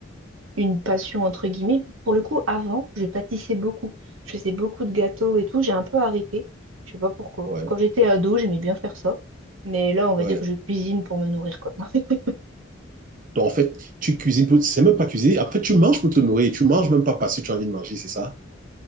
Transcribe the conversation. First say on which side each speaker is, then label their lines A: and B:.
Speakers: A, on the right; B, on the right.
A: une passion, entre guillemets. Pour le coup, avant, je pâtissais beaucoup. Je faisais beaucoup de gâteaux et tout. J'ai un peu arrêté. Je sais pas pourquoi.
B: Ouais,
A: Quand j'étais ado, j'aimais bien faire ça. Mais là, on va
B: ouais.
A: dire que je cuisine pour me nourrir, quoi. <laughs>
B: Donc, en fait, tu cuisines pour, c'est même pas cuisiner. Après, tu manges pour te nourrir. Tu manges même pas parce que tu as envie de manger, c'est ça?